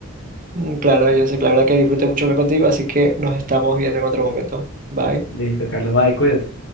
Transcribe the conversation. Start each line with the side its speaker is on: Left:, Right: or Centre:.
Right: Mm, Claro, yo sé que la verdad que disfruté mucho hablar contigo, así que nos estamos viendo en otro momento. Bye.
Left: Listo, Carlos, bye, cuídate.